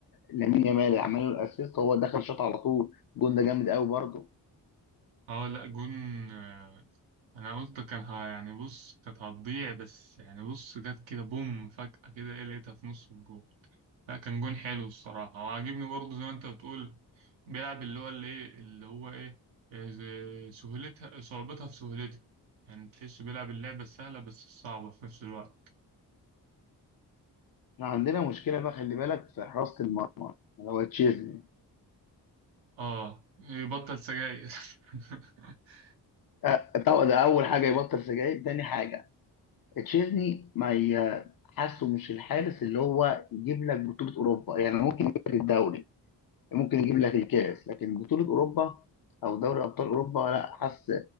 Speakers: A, on the left (about 50°); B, on the right (about 85°).
A: لامين يامال اللي عمل له الاسيست هو دخل شاط على طول الجون ده جامد قوي برضه
B: اه لا جون آه، انا قلت كان ها يعني بص كانت هتضيع بس يعني بص جت كده بوم فجأة كده ايه لقيتها في نص الجون لا كان جون حلو الصراحة وعاجبني برضه زي ما انت بتقول بيلعب اللي هو اللي ايه اللي هو ايه إيه زي- سهولتها صعوبتها في سهولتها يعني تحسه بيلعب اللعبة السهلة بس الصعبة في نفس الوقت
A: احنا عندنا مشكلة بقى خلي بالك في حراسة المرمى اللي هو تشيزني
B: اه يبطل سجاير <laughs>
A: أه طبعا ده اول حاجة يبطل سجاير تاني حاجة تشيزني ما ي- حاسه مش الحارس اللي هو يجيب لك بطولة أوروبا يعني ممكن يجيب لك الدوري ممكن يجيب لك الكاس لكن بطولة أوروبا أو دوري أبطال أوروبا لا حاسس